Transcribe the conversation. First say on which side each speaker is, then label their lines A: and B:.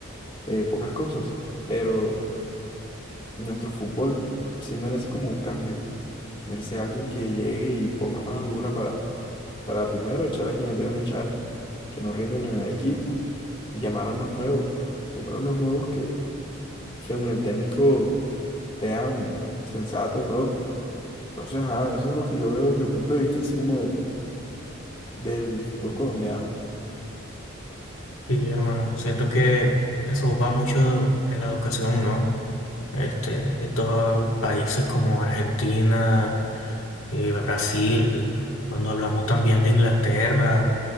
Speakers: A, on the left; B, on the left.
A: eh, pocas cosas. Pero nuestro fútbol sí merece como un cambio. Merece alguien que llegue y ponga mano dura para para primero echar a quienes deben echar, que no rinden en el equipo, y llamar a unos nuevos, llamar a unos nuevos que, según el técnico, sean sensatos, bro. Entonces, ajá, eso es lo que yo veo, mi punto de vista, así como del, del fútbol colombiano.
B: Sí, hermano, siento que eso va mucho en la educación, ¿no? Este, estos países como Argentina y Brasil, cuando hablamos también de Inglaterra,